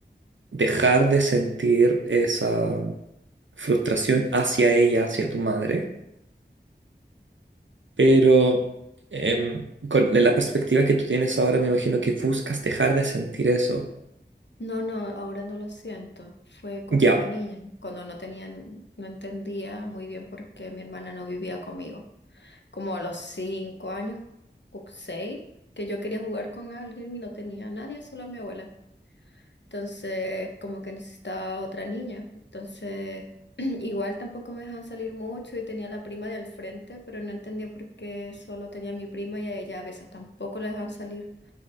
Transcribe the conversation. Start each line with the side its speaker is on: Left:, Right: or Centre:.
Right: dejar de sentir esa frustración hacia ella, hacia tu madre, pero em, con la perspectiva que tú tienes ahora, me imagino que buscas dejar de sentir eso.
Left: No, no, ahora no lo siento. Fue cuando
Right: Ya,
Left: era niña, cuando no tenía, no entendía muy bien por qué mi hermana no vivía conmigo. Como a los cinco años o seis, que yo quería jugar con alguien y no tenía a nadie, solo a mi abuela. Entonces, como que necesitaba otra niña. Entonces, <clears throat> igual tampoco me dejaban salir mucho y tenía la prima del frente, pero no entendía por qué solo tenía a mi prima y a ella a veces tampoco la dejaban salir.